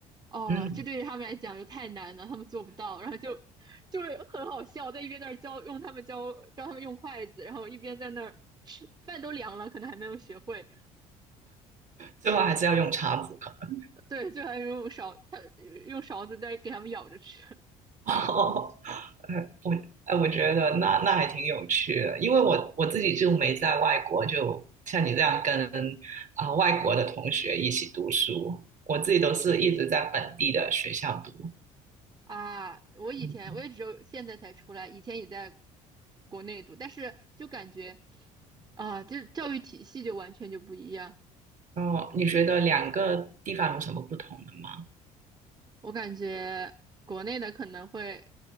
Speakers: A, on the right; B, on the right.
A: 哦，
B: 嗯，
A: 这对于他们来讲就太难了，他们做不到，然后就就是很好笑，在一边在那儿教用他们教教他们用筷子，然后一边在那儿吃，饭都凉了，可能还没有学会，
B: 最后还是要用叉子可能。
A: 对，就还没有勺，他用勺子在给他们舀着吃，
B: <laughs> 哦，呃，我呃，我觉得那那还挺有趣的，因为我我自己就没在外国，就像你这样跟啊、外国的同学一起读书，我自己都是一直在本地的学校读。
A: 啊，我以前我也只有现在才出来，
B: 嗯，
A: 以前也在国内读，但是就感觉啊，就是教育体系就完全就不一样。
B: 哦，你觉得两个地方有什么不同的吗？
A: 我感觉国内的可能会，